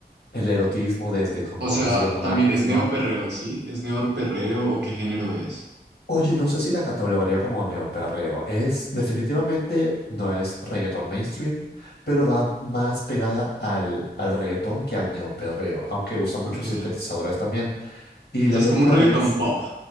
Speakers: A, on the left (about 75°); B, on the right (about 85°).
A: el erotismo desde como,
B: O sea,
A: desde como un
B: también
A: arte,
B: es
A: sino,
B: neoperreo, ¿sí? ¿Es neoperreo o qué género es?
A: oye, no sé si la catalogaría como neoperreo. Es, definitivamente, no es reggaetón mainstream, pero va más pegada al, al reggaetón que al neoperreo, aunque usa muchos
B: Ok.
A: sintetizadores también. Y
B: O
A: la
B: sea,
A: letra
B: es como un reggaetón
A: es
B: pop,